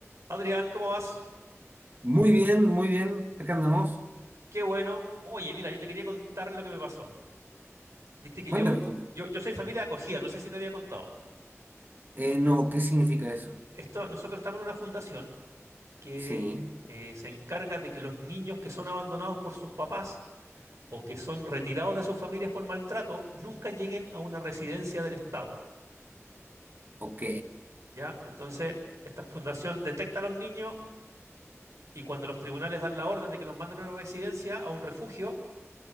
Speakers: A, on the right; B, on the right.
A: Adrián, ¿cómo vas?
B: Muy bien, muy bien. Acá andamos.
A: Qué bueno. Oye, mira, yo te quería contar lo que me pasó. Viste que
B: Cuéntame,
A: yo,
B: cuéntame.
A: yo, yo soy familia de acogida, no sé si te había contado.
B: Eh, no, ¿qué significa eso?
A: Esto, nosotros estamos en una fundación que
B: Sí,
A: eh, se encarga de que los niños que son abandonados por sus papás o que son retirados de sus familias por maltrato nunca lleguen a una residencia del Estado.
B: ok,
A: ¿Ya? Entonces, esta fundación detecta a los niños y cuando los tribunales dan la orden de que los manden a una residencia, a un refugio,